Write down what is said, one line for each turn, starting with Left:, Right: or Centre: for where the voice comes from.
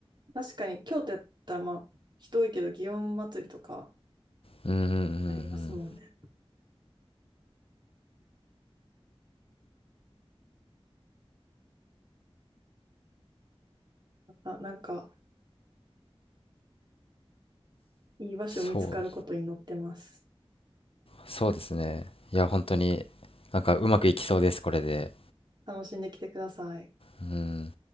Right: 確かに、京都やったら、まあ、人多いけど、祇園祭りとか
Left: うん、うん、うん、うん。
Right: ありますもんね。また、なんか、いい場所見つかることに祈ってます。
Left: そう、そうですね。いや、本当に、なんかうまくいきそうです、これで。
Right: 楽しんできてください。
Left: うん。